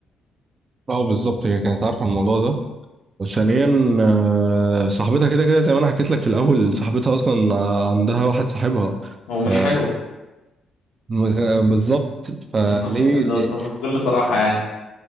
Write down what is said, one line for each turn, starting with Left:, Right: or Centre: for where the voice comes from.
Right: اه بالظبط هي كانت عارفه الموضوع ده وثانيا آه، صاحبتها كده كده زي ما انا حكيت لك في الاول صاحبتها اصلا آه، عندها واحد صاحبها
Left: هو مش
Right: ف-
Left: حلوة
Right: م- بالظبط فليه
Left: <laughs> مفيش، ده
Right: ليه؟
Left: صح بكل صراحة يعني